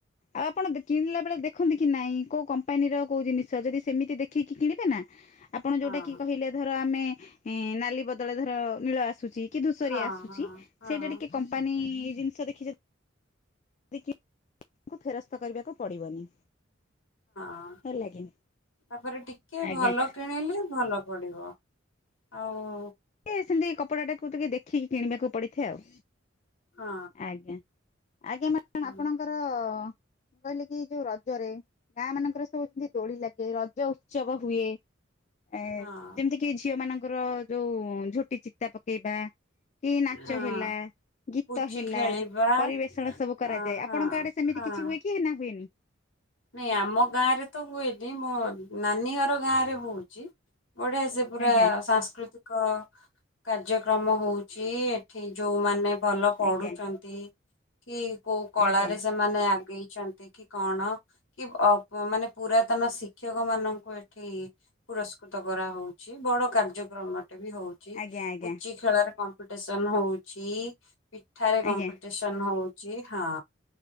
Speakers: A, on the left (about 35°); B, on the left (about 80°).
A: ଆଉଁ ଆପଣ କିଣିଲା ବେଳେ ଦେଖନ୍ତିକି ନାଇଁ, କୋଉଁ କମ୍ପାନୀର କୋଉ ଜିନିଷ, ଯଦି ସେମିତି ଦେଖିକି କିଣିବେ ନାଁ ଆପଣ
B: ହଁ
A: ଯୋଉଁଟା କିି କହିଲେ ଧର ଆମେ ଏ ନାଲି ବଦଳରେ ଧର ନୀଳ ଆସୁଛି। କି ଧୂଷରିଆ
B: ହଁ
A: ଆସୁଛି
B: ହଁ ହଁ
A: ସେଇଟା ଟିକେ କମ୍ପାନୀ ଜିନିଷ ଦେଖି ଯଦି ବିକୀ ବ୍ ଫେରସ୍ତ କରିବାକୁ ପଡିବନି
B: ହଁ।
A: ହେଲା କି।
B: ତାପରେ ଟିକେ
A: ଆଜ୍ଞା
B: ଭଲ କିଣିଲେ ଭଲ ପଡିବ ଆଉଁ।
A: ଏଁ ସେମିତି କପଡାଟାକୁ ଟିକେ ଦେଖିକି କିଣିବାକୁ ପଡିଥାଏ ଆଉଁ
B: ହଁ
A: ଆଜ୍ଞା। ଆଜ୍ଞା ମାଡାମ
B: ହଁ
A: ଆପଣଙ୍କର କହିଲେକି ଯୋଉଁ ରଜରେ ଗାଁ ମାନଙ୍କରେ ସବୁ ଯେମିତି ଦୋଳି ଲାଗେ ରଜ ଉତ୍ସବ ହୁଏ। ଏଁ
B: ହଁ
A: ଯେମିତି କିି ଝିଅ ମାନଙ୍କର ଯୋଉଁ ଝୋଟି ଚିତା ପକେଇବା। କି ନାଚହେଲା।
B: ହଁ
A: ଗୀତ
B: ପୁଚି
A: ହେଲା,
B: ଖେଳିବା
A: ପରିବେଷଣ ସବୁ କରାଯାଏ,
B: ଅ ହଁ
A: ଆପଣଙ୍କ ଆଡେ ସେମିତି
B: ହଁ
A: କିଛି ହୁଏ କି ନାଁ ହୁଏନି।
B: ନାଇଁ ଆମ ଗାଁ ରେ ତ ହୁଏନି, ମୋ ନାନୀ ଘର ଗାଁ ରେ ହଉଛି ବଢିଆ ସେ ପୁରା
A: ଆଜ୍ଞା
B: ସାଂସ୍କୃତିକ କାର୍ଯ୍ୟକ୍ରମ ହଉଛି, ଏଠିଁ ଯୋଉଁ ମାନେ ଭଲ ପଢୁଛନ୍ତି
A: ଆଜ୍ଞା
B: କି କୋଉଁ କଳାରେ
A: ଆଜ୍ଞା
B: ସେମାନେ ସେମାନେ ଆଗେଇଛନ୍ତି କି କଣ କି ଅଁ ମାନେ ପୁରାତନ ଶିକ୍ଷକ ମାନଙ୍କୁ ଏଠିଁ ପୁରସ୍କୃତ କରାହଉଁଛି ବଡ କାର୍ଯ୍ୟକ୍ରମଟେ ବି ହଉଛି।
A: ଆଜ୍ଞା
B: ପୁଞ୍ଚି
A: ଆଜ୍ଞା
B: ଖେଳ କମ୍ପିଟିସନ ହଉଛି, ପିଠାରେ କମ୍ପିଟିସନ।
A: ଆଜ୍ଞା
B: ସେନ ହଉଛି ହଁ।